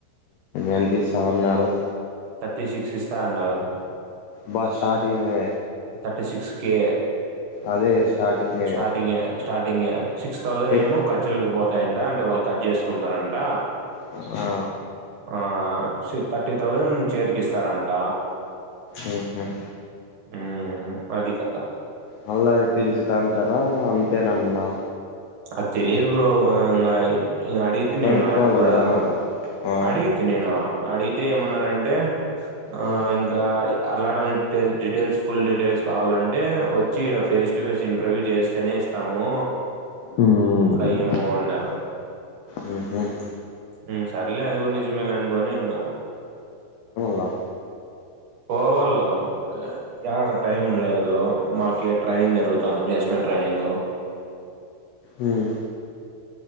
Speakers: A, on the left (about 90°); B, on the right (about 60°).
A: ఎంతిస్తా అన్నారు
B: థర్టీ సిక్స్ ఇస్తా అన్నారు.
A: బ స్టార్టింగే
B: థర్టీ సిక్స్ కే
A: అదే స్టార్టింగే
B: స్టార్టింగే స్టార్టింగే సిక్స్ థౌసండ్
A: ఏ
B: ఏమో ఖర్చులుకు బోతాయంటా అంటే వాళ్ కడ్ జేస్కుంటారంట
A: ఆ
B: ఆ చు థర్టీ తౌసండ్ చేతికిస్సారంట
A: మ్మ్ హ్మ్
B: ఉం అది కథ
A: మళ్ళా అది పెంచుతారంటానా అంతేనన్నా
B: అద్ తెలిదు బ్రో ఆ ఇంగా ఇ అడిగ్ తి
A: కనుక్కోవాలి
B: నేను వాటిగూడా
A: కదా నువ్వు ఆ
B: అడిగితి నేను అడిగితే ఏమన్నారంటే ఆ
A: మ్మ్
B: ఇంకా అల్లాడ డీటల్ డీటెయిల్స్ ఫుల్ డీటెయిల్స్ కావాలంటే వ చ్చి ఇడా ఫేస్ టు ఫేస్ ఇంటర్వ్యూ జేస్తేనే ఇస్తాము.
A: మ్మ్
B: ఇట్లా ఏమో అన్నారు
A: మ్మ్ హ్మ్
B: ఉం సర్లే అది గుడ్ నిజమేళేంగాని ఇంగా
A: బ
B: పోవల్లా యాడ టైమున్ లేదు మాకే ట్రైనింగ్ జరుగుతాంది ప్లేస్మెంట్ ట్రైనింగు
A: ఉం